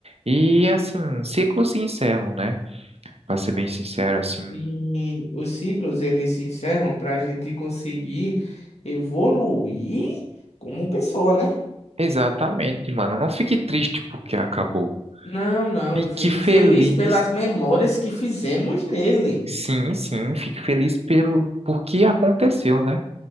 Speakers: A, on the right; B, on the left.
A: E assim, ciclos se encerram, né? Pra ser bem sincero, assim.
B: E os ciclos eles se encerram para a gente conseguir evoluir como pessoa, né?
A: Exatamente, mano. Não fique triste porque acabou.
B: Não, não,
A: Fique
B: eu fique
A: feliz,
B: feliz pelas memórias que fizemos nele.
A: sim, sim, fique feliz pelo porque aconteceu, né?